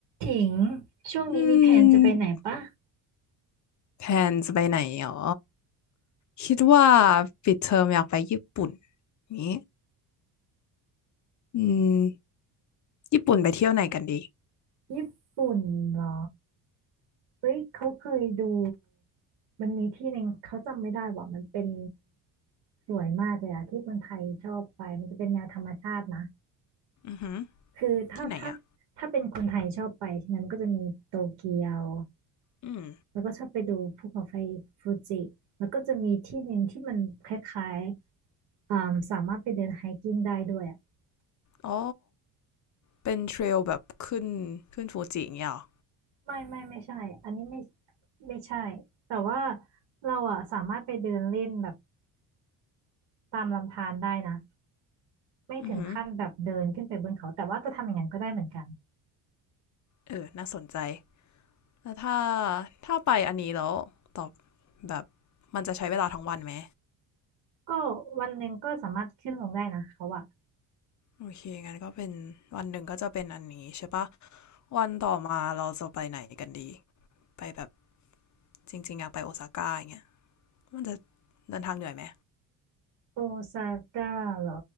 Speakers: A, on the right (about 75°); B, on the left (about 40°).
A: ถิงช่วงนี้มีแผนจะไปไหนปะ
B: อืมแพลนจะไปไหนหรอคิดว่าปิดเทอมอยากไปญี่ปุ่นนี้อืมญี่ปุ่นไปเที่ยวไหนกันดี
A: ญี่ปุ่นเหรอเฮ้ยเขาเคยดูมันมีที่หนึ่งเขาจำไม่ได้ว่ามันเป็นสวยมากเลยอะที่คนไทยชอบไปมันจะเป็นแนวธรรมชาตินะ
B: อือหือ
A: คือถ้าถ้าถ้าเป็นคนไทยชอบไปใช่ไหมมันก็จะมีโตเกียว
B: ที่ไหนอ่ะอืม
A: แล้วก็ชอบไปดูภูเขาไฟฟูจิแล้วก็จะมีที่หนึ่งที่มันคล้ายๆอ่าสามารถไปเดินไฮกิ้งได้ด้วยอะ
B: อ๋อเป็นเทรลแบบขึ้นขึ้นฟูจิอย่างเงี้ยเหรอ
A: ไม่ไม่ไม่ใช่อันนี้ไม่ไม่ใช่ แต่ว่าเราอ่ะสามารถไปเดินเล่นแบบตามลำธารได้นะไม่ถึงขั้นแบบเดินขึ้นไปบนเขาแต่ว่าจะทำอย่างนั้นก็ได้เหมือนกัน
B: อือหือเออน่าสนใจแล้วถ้าถ้าไปอันนี้แล้วตอบแบบมันจะใช้เวลาทั้งวันไหม
A: ก็วันหนึ่งก็สามารถขึ้นลงได้นะเขาอะ
B: โอเคงั้นก็เป็นวันหนึ่งก็จะเป็นอันนี้ใช่ปะวันต่อมาเราจะไปไหนกันดีไปแบบจริงๆอยากไปโอซาก้าอย่างเงี้ย มันจะเดินทางเหนื่อยไหม
A: โอซาก้าเหรอ